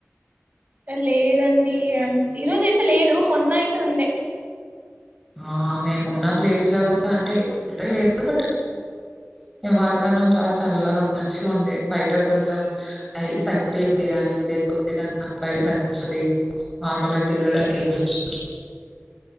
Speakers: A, on the right; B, in the centre.
A: లేదండి ఈరోజ అయితే లేదు మొన్న అయితే ఉండే
B: ఆ మేమున్న ప్లేస్ లో కూడా అంటే లేదు బట్ వాతావరణం చ చల్ాలాగా మంచిగా ఉంది బయట కొంచెం సైకిల్ ని లేకపోతే బయట ఫ్రెండ్ నార్మల్గా తిరగడానికి వెళ్ళచ్చు